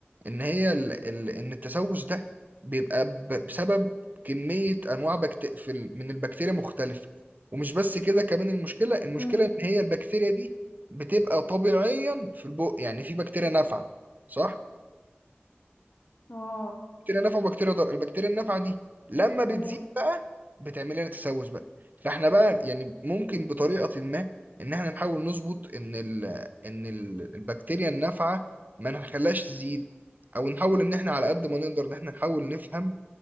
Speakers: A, on the right; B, on the left.
A: ان هي ال... ال... ان التسوس ده بيبقى ب... بسبب كمية انواع بكت... في ال... من البكتيريا مختلفة ومش بس كده كمان المشكلة المشكلة
B: مم.
A: ان هي البكتيريا دي بتبقى طبيعيا في البق يعني في بكتيريا نافعة صح
B: اه
A: بكتيريا نافعه وبكتيريا ضاره البكتيريا النافعه دي لما بتزيد
B: تمام
A: بقى بتعمل لنا تسوس بقى فاحنا بقى يعني ممكن بطريقه ما ان احنا نحاول نظبط ان ال ان ال- البكتيريا النافعه ما نخليهاش تزيد او نحاول ان احنا على قد ما نقدر ان احنا نحاول نفهم